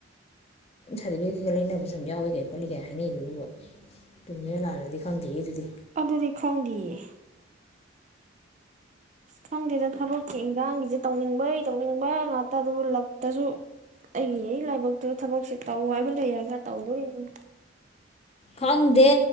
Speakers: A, on the left; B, on the right.
A: ꯁꯥꯗꯤꯕꯤꯒꯦꯠ ꯂꯩꯅꯕꯁꯨ ꯑꯗꯨꯝ ꯌꯥꯎꯏꯒꯥꯏ ꯈꯣꯠꯂꯤꯒꯥꯏ ꯍꯥꯏꯅꯩꯗꯨꯕꯨ ꯆꯨꯝꯃꯤꯔ ꯂꯥꯜꯂꯤꯔꯗꯤ ꯈꯪꯗꯦꯍꯦ ꯑꯗꯨꯗꯤ
B: ꯑꯗꯨꯗꯤ ꯈꯪꯗꯤꯌꯦ ꯈꯪꯗꯦꯗ ꯊꯕꯛꯀꯤ ꯏꯟꯒꯥꯡꯒꯤꯖꯦ ꯇꯧꯅꯤꯡꯕꯩ ꯇꯧꯅꯤꯡꯕ ꯉꯥꯛꯇ ꯑꯗꯨꯕꯨ ꯂꯛꯇꯁꯨ ꯑꯩꯒꯤ ꯑꯩꯒꯤ ꯂꯥꯏꯕꯛꯇ ꯊꯕꯛꯁꯦ ꯇꯧ ꯍꯥꯏꯕ ꯂꯩꯔꯒ ꯇꯧꯗꯣꯔꯤꯅꯤ
A: ꯈꯪꯗꯦ